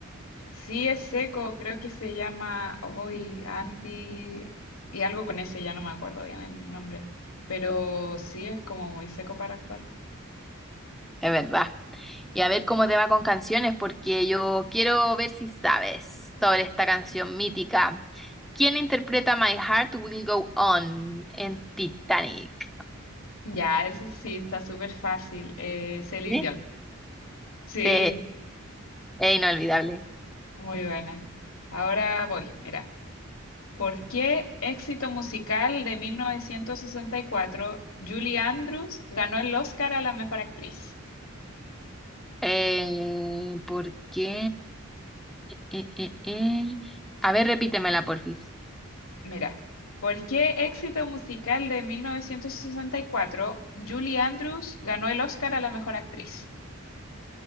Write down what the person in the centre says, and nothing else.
Es verdad. Y a ver cómo te va con canciones, porque yo quiero ver si sabes sobre esta canción mítica. ¿Quién interpreta My Heart Will Go On en Titanic?
¿Eh?
Sí, es inolvidable.
Eh, ¿por qué? Eh, eh, eh. A ver, repítemela, porfis.